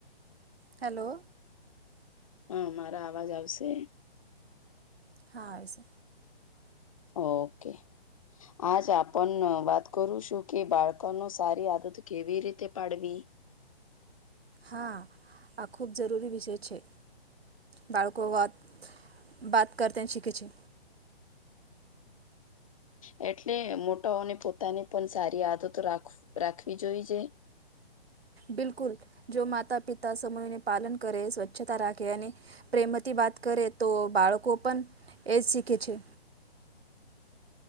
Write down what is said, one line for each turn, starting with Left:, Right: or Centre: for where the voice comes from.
Right: હેલો
Left: હહ મારા આવાજ આવશે?
Right: હા આવે સે
Left: ઓકે આજ આપન વાત કરું છું કે બાળકોને સારી આદત કેવી રીતે પાડવી? <inaudible>
Right: હા આ ખૂબ જરૂરી વિષય છે. બાળકો વાત બાત કરતે ને શીખે છે.
Left: હ એટલે મોટાઓને પોતાને પન સારી આદતો રાખ રાખવી જોવી જોઈએ.
Right: બિલકુલ જો માતા પિતા સમયને પાલન કરે, સ્વચ્છતા રાખે અને પ્રેમવતી વાત કરે તો બાળકો પન એ જ શીખે છે.
Left: <inaudible>